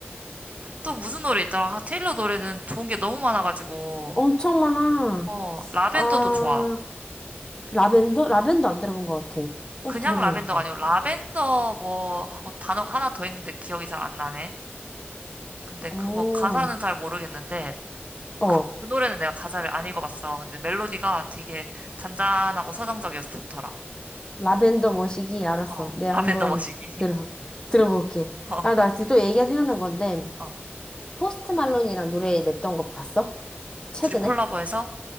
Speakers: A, on the right (about 35°); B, on the left (about 20°).
A: 또 무슨 노래 있더라? 아, 테일러 노래는 좋은 게 너무 많아가지고,
B: 엄청 많아.
A: 어, 라벤더도
B: 아,
A: 좋아.
B: 라벤더? 라벤더 안 들어본 것 같아. 어,
A: 그냥
B: 들어봐야겠다.
A: 라벤더가 아니고, 라벤더 뭐, 하고 단어가 하나 더 있는데 기억이 잘 안 나네. 근데
B: 어,
A: 그거 가사는 잘 모르겠는데,
B: 어.
A: 그, 그 노래는 내가 가사를 안 읽어봤어. 근데 멜로디가 되게 잔잔하고 서정적이어서 좋더라.
B: 라벤더 머시기 알았어.
A: 어,
B: 내가
A: 라벤더
B: 한번
A: 머시기. <laughs>
B: 들어 들어볼게.
A: 어,
B: 아, 나 또 얘기가 생각난 건데
A: 어.
B: 포스트 말론이랑 노래 냈던 거 봤어? 최근에?
A: 둘이 콜라보해서,